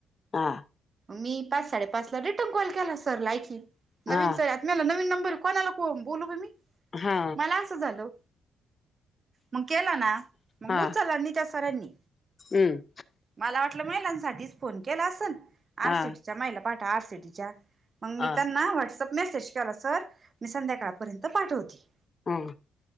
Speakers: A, on the left; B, on the right.
A: हा
B: मी पाच साडेपाच कॉल केला सरला एकी,
A: हा
B: नवीन सर ला नवीन नंबर कोणाला को बोलू बाई मी,,
A: हा
B: मला असं झालं. मग केला ना, मग
A: हा
B: उचलला नै त्या सरांनी.
A: हम्म
B: मला वाटलं महिलांसाठीच फोन केला असल,,
A: हा
B: आरसीटीच्या महिला पाठा आरसीटीच्या मग मी
A: हा
B: त्यांना व्हॉट्सअप मेसेज केला सर, मी संध्याकाळपर्यंत पाठवते.
A: हां.